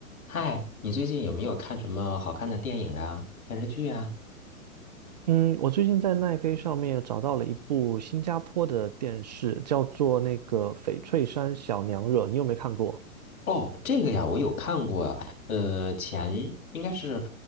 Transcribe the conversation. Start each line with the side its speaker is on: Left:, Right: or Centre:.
Left: 嗨，你最近有没有看什么好看的电影啊、电视剧啊？
Right: 嗯，我最近在奈飞上面找到了一部新加坡的电视，叫做那个《翡翠山小娘惹》，你有没看过？
Left: 哦，这个呀，我有看过。呃，前应该是